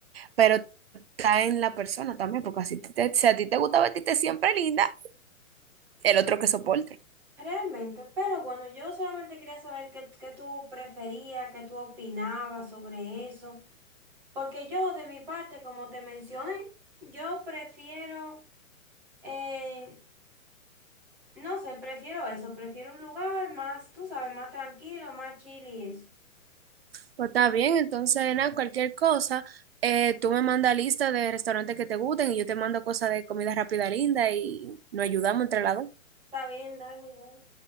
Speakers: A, on the right; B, in the centre.
A: pero está en la persona también, porque así te, si a ti te gusta vestirte siempre linda, el otro que soporte.
B: Realmente, pero bueno, yo solamente quería saber qué, qué tú preferías, qué tú opinabas sobre eso, porque yo de mi parte, como te mencioné, yo prefiero, eh, no sé, prefiero eso, prefiero un lugar más, tú sabes, más tranquilo, más chill y eso.
A: Pues está bien, entonces nada, cualquier cosa, eh, tú me mandas lista de restaurantes que te gusten y yo te mando cosas de comida rápida linda y nos ayudamos entre las dos.
B: Está bien, dale, dale.